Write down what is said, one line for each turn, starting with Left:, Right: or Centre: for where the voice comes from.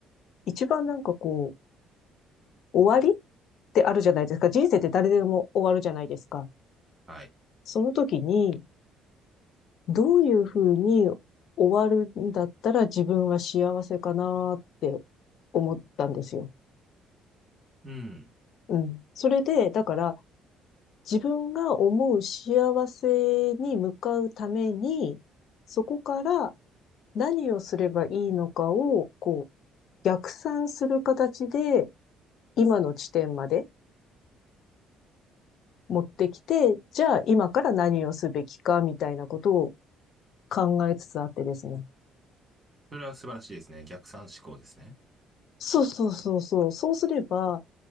Left: 一番なんかこう、終わりってあるじゃないですか。人生って誰でも終わるじゃないですか。
Right: はい。
Left: その時に、どういうふうに終わるんだったら自分は幸せかなって思ったんですよ。
Right: うん。
Left: うん。それで、だから、自分が思う幸せに向かうために、そこから何をすればいいのかを、こう、逆算する形で、今の地点まで持ってきて、じゃあ今から何をすべきか、みたいなことを考えつつあってですね。
Right: それは素晴らしいですね。逆算思考ですね。
Left: そうそうそうそう。そうすれば、